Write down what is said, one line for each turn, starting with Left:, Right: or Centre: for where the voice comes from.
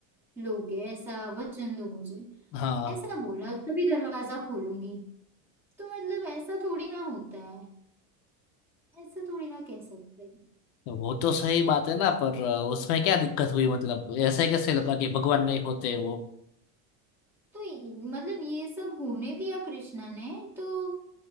Centre: लोगे ऐसा वचन दो मुझे
Left: हाँ
Centre: ऐसा बोला तभी दरवाजा खोलूंगी तो मतलब ऐसा थोड़ी ना होता है ऐसा थोड़ी ना कह सकते
Left: वो तो सही बात है ना पर अ, उसमें क्या दिक्कत हुई मतलब ऐसे कैसे लगा कि भगवान नहीं होते वो
Centre: तो ये- मतलब ये सब होने दिया कृष्णा ने तो